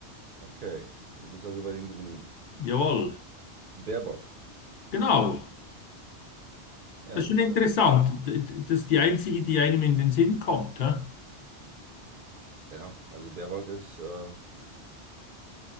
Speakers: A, on the right (about 60°); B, on the left (about 60°).
A: Okay. Du bist also bei den Grünen.
B: Jawohl.
A: Baerbock.
B: Genau.
A: Ja,
B: Das ist
A: siehst
B: schon interessant.
A: du.
B: D- d- Das ist die einzige, die einem in den Sinn kommt. Hä?
A: Ja, also Baerbock ist äh,